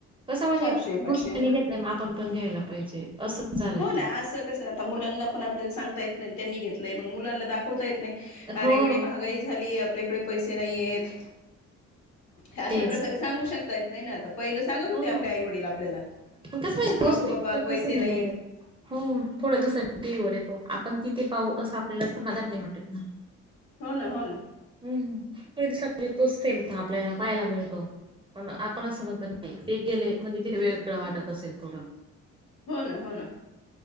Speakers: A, on the right; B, on the left.
A: कसं म्हणजे
B: चारशे
A: <unintelligible>
B: पाचशे
A: नाही मग आपण पण घ्यायला पाहिजे असं झालंय
B: हो ना,
A: ते
B: असं कसं आता मुलांना पण आपल्याला सांगता येत नाही त्यांनी घेत नाही, मग मुलांना दाखवता येत नाही.
A: हो
B: अलीकडे महागाई झाली आहे आपल्याकडे. पैसे नाही येत, हे अशा
A: तेच
B: प्रकारे सांगू शकतायं. नाही ना, आता पहिलं सांगत होते
A: हो
B: आपले आई-वडील आपल्याला,
A: पण कसं म्हणजे तोच
B: नको बाबा,
A: पिक्चर
B: पैसे
A: कसं म्हणजे
B: नाहीत.
A: हो थोड्या दिवसांनी <unintelligible> येतो आपण तिथे पाहू असं आपल्याला सां मदर नाही वाटत ना,
B: हो ना हो ना
A: ह दिवसाजे तोचल तर आपल्याला पाहायला मिळतो पण आपणचमजत, ते गेले म्हणजे तिथेगळं वाटत असेल थोडं
B: हो ना हो ना